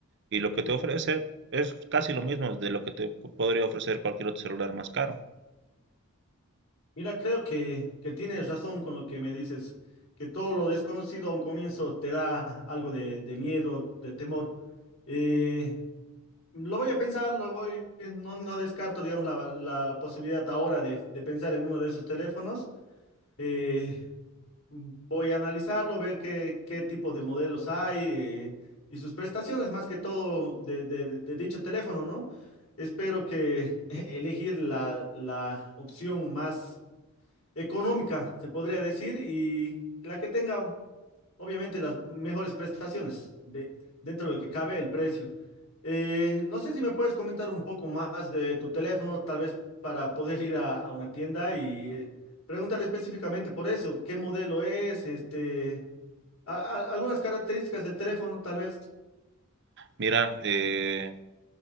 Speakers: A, on the right; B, on the left.
A: y lo que te ofrece es casi lo mismo de lo que te podría ofrecer cualquier otro celular más caro.
B: Mira, creo que, que tienes razón con lo que me dices, que todo lo desconocido a un comienzo te da algo de, de miedo, de temor. Eh, lo voy a pensar, lo voy, no, no descarto, digamos, la, la posibilidad ahora de, de pensar en uno de esos teléfonos. Eh, Voy a analizarlo, ver qué, qué tipo de modelos hay eh, y sus prestaciones, más que todo de, de- de- de dicho teléfono, ¿no? Espero que <laughs> elegir la, la opción más económica, se podría decir, y la que tenga Obviamente las mejores prestaciones de, dentro de lo que cabe el precio. Eh, no sé si me puedes comentar un poco más de tu teléfono, tal vez para poder ir a, a una tienda y eh, preguntar específicamente por eso, qué modelo es, este, a- a- algunas características del teléfono, tal vez.
A: Mira, eh,